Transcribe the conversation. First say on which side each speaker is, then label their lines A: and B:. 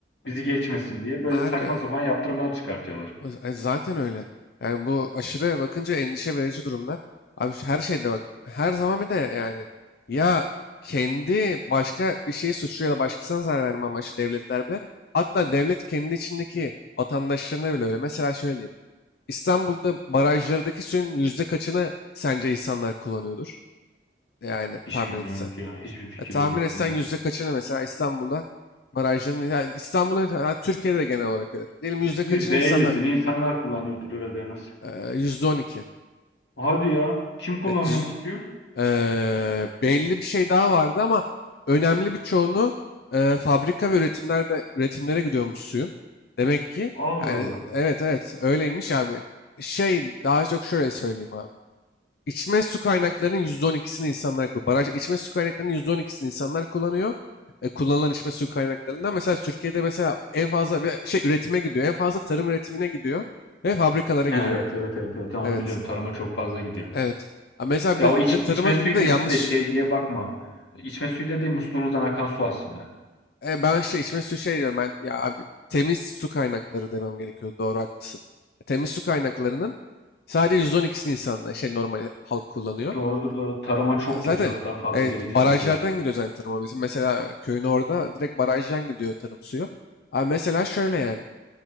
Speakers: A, on the left; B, on the left.
A: bizi geçmesin diye böyle
B: abi
A: saçma sapan yaptırımlar çıkartıyorlar.
B: o- e, zaten öyle yani bu aşırıya bakınca endişe verici durumlar abi şu- her şeyde bak her zaman bir de yani ya kendi başka bir şeyi suçlu ya da başkasına zarar verme amaçlı devletler bile hatta devlet kendi içindeki vatandaşlarına bile öyle mesela şöyle diyeyim İstanbul'da barajlardaki suyun yüzde kaçını sence insanlar kullanıyordur yani
A: Hiç
B: tahmin
A: bilmiyorum
B: etsen
A: ki ya. Hiçbir fikir
B: Ya tahmin
A: yok
B: etsen
A: aklımda.
B: yüzde kaçını mesela İstanbul'da barajların, ya İstanbul'da, ya Türkiye'de de genel olarak öyle. Diyelim yüzde
A: %50'sini
B: kaçını insanlar,
A: insanlar kullanıyordur herhalde nasıl?
B: eee, yüzde on iki.
A: Hadi ya. Kim kullanıyormuş
B: Evet, yüz-
A: suyu?
B: eee, belli bir şey daha vardı ama önemli bir çoğunu eee, fabrika ve üretimlerde, üretimlere gidiyormuş suyun. Demek ki
A: Allah
B: yani
A: Allah.
B: evet evet öyleymiş abi. Şey daha çok şöyle söyleyeyim abi. İçme su kaynaklarının %12'sini insanlar kullanıyor. Baraj içme su kaynaklarının %12'sini insanlar kullanıyor. E, kullanılan içme su kaynaklarından mesela Türkiye'de mesela en fazla bir şey üretime gidiyor. En fazla tarım üretimine gidiyor ve fabrikalara
A: Ha,
B: gidiyor.
A: evet evet evet evet. Ha, Onu
B: Evet.
A: biliyorum. Tarıma çok fazla gidiyor.
B: Evet. Ha, Mesela bir
A: Ya
B: de,
A: o iç,
B: bir de tarımın
A: içme suyu
B: bir de
A: dediğim
B: yanlış.
A: de şey diye bakma. İçme suyu dediğim musluğumuzdan akan su aslında.
B: E, ben şey içme su şey diyorum ben ya abi temiz su kaynakları demem gerekiyor. Doğru haklısın. Temiz su kaynaklarının sadece %12'sini insanlar şey normal halk kullanıyor.
A: Doğrudur doğru. Tarıma çok
B: A, Zaten
A: gidiyor hatta fazla
B: evet
A: gereksiz
B: barajlardan
A: gidiyor.
B: gidiyor zaten tarıma bizim. Mesela köyün orada direkt barajdan gidiyor tarım suyu. Abi mesela şöyle yani.